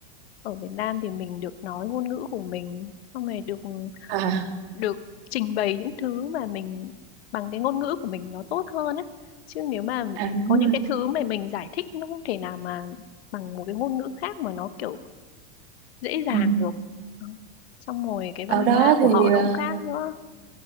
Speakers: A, on the left (about 85°); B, on the right (about 65°).
A: Ở Việt Nam thì mình được nói ngôn ngữ của mình, xong rồi được
B: à
A: được trình bày những thứ mà mình bằng cái ngôn ngữ của mình nó tốt hơn á. Chứ nếu mà
B: à đúng
A: có những
B: rồi
A: cái thứ mà mình giải thích nó không thể nào mà bằng một cái ngôn ngữ khác mà nó kiểu dễ dàng
B: ừ.
A: được. Đó. Xong rồi cái văn
B: ở
A: hóa
B: đó
A: của
B: thì
A: họ
B: ờ,
A: nó cũng khác nữa.